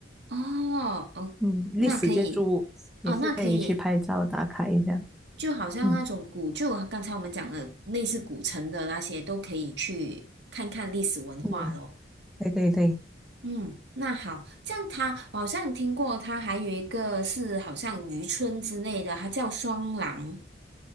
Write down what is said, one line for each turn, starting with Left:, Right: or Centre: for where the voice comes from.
Right: 哦哦，
Centre: 嗯历史建筑物，
Right: 那可以，
Centre: 也是可以去拍照打卡一下。
Right: 哦，那可以，就好像那种古旧，
Centre: 嗯
Right: 刚才我们讲的类似古城的那些，都可以去看看历史文化咯。
Centre: 嗯，对对对，
Right: 嗯，那好，这样它，我好像听过，它还有一个是好像渔村之类的，它叫双廊。